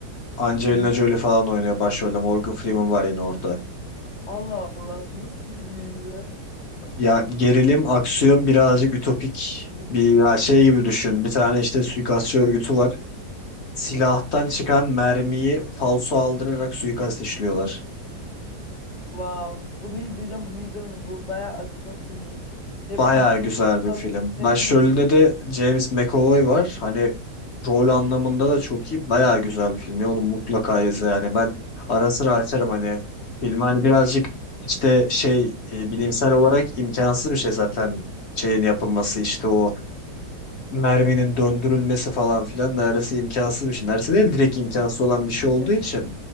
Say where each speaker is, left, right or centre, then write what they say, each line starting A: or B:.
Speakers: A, on the left (about 50°); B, on the left (about 20°).
A: Angelina
B: Bilmiyorum.
A: Jolie falan oynuyor başrolde. Morgan Freeman var yine orada.
B: Allah Allah nasıl bilmeyiz ya?
A: Ya gerilim, aksiyon birazcık ütopik bir ya şey gibi düşün. Bir tane işte suikastçı örgütü var. Silahtan çıkan mermiyi falso aldırarak suikast işliyorlar.
B: Wow, bunu izleyeceğim, bunu izlemedim. Bu bayağı aksiyon filmiymiş. Ya
A: Bayağı
B: ben aksiyon
A: güzel
B: çok
A: bir
B: fazla
A: film.
B: izlemiyordum.
A: Başrolünde de James McAvoy var. Hani rol anlamında da çok iyi. Bayağı güzel bir film. Ya onu mutlaka izle yani. Ben ara sıra açarım hani filmi. Hani birazcık işte şey e, bilimsel olarak imkansız bir şey zaten şeyin yapılması işte o merminin döndürülmesi falan filan neredeyse imkansız bir şey. Neredeyse değil direkt imkansız olan bir şey olduğu
B: Evet.
A: için.